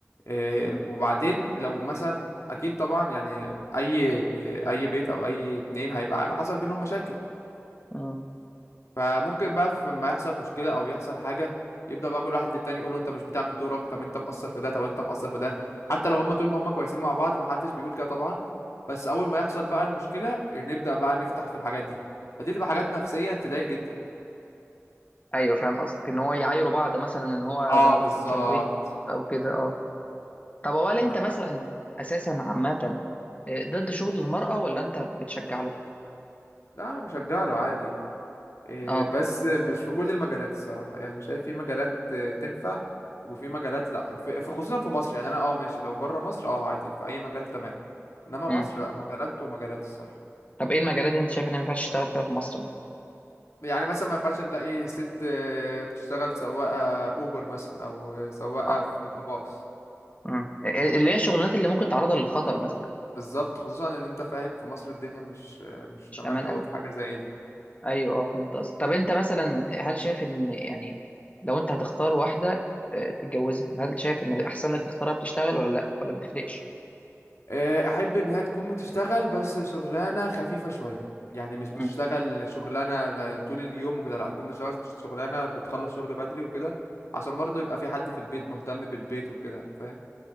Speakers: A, on the left (about 70°); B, on the left (about 30°).
A: إيه
B: مم.
A: وبعدين لو مثلا اكيد طبعا يعني اي اي بيت او اي اتنين هيبقى حصل بينهم مشاكل
B: مم.
A: فممكن بقى في- لما يحصل مشكلة او يحصل حاجة يبدأ بقى كل واحد للتاني يقول له انت مش بتعمل دورك طب انت مقصر في ده طب انت مقصر في ده حتى لو هما طول ما هما كويسين مع بعض محدش بيقول كده طبعا بس اول ما يحصل بقى المشكلة نبدأ بقى نفتح في الحاجات دي فدي تبقى حاجات نفسية تضايق جدا
B: ايوه فاهم قصدك ان هو يعايروا بعض مثلا ان هو
A: اه
B: ده انا
A: بالظبط
B: بصرف في البيت او كده اه طب هو هل انت
A: فالحاجة
B: مثلا اساسا عامه آه، ضد شغل المراه ولا انت بتشجع له؟
A: لا انا بشجع له عادي إيه،
B: اه
A: بس مش في كل المجالات الصراحة يعني شايف في مجالات آه، تنفع وفي مجالات لا في في- خصوصا في مصر يعني انا اه ماشي لو بره مصر اه عادي في اي مجال تمام انما
B: مم.
A: مصر لا مجالات ومجالات الصراحة
B: طب ايه المجالات اللي انت شايف انها ما ينفعش تشتغل فيها في مصر مثلا؟
A: يعني مثلا ما ينفعش نلاقي ست آه، بتشتغل سواقة اوبر مثلا او سواقة
B: اه
A: في ميكروباص
B: مم. اللي هي الشغلانات اللي ممكن تعرضها للخطر مثلا
A: بالظبط خصوصا ان انت فاهم في مصر الدنيا مش آه، مش
B: مش
A: تمام
B: امان
A: قوي
B: قوي
A: في حاجة زي دي
B: ايوه اه فهمت قصدك طب انت مثلا هل شايف ان يعني لو انت هتختار واحده آه، تتجوزها هل شايف ان احسن لك تختارها بتشتغل ولا لا ولا ما تفرقش
A: آه، احب ان هي تكون بتشتغل بس شغلانه خفيفه شويه يعني مش
B: مم.
A: بتشتغل شغلانه ده طول اليوم وكده لا تكون بتشتغل شغلانه بتخلص شغل بدري وكده عشان برضه يبقى في حد في البيت مهتم بالبيت وكده فاهم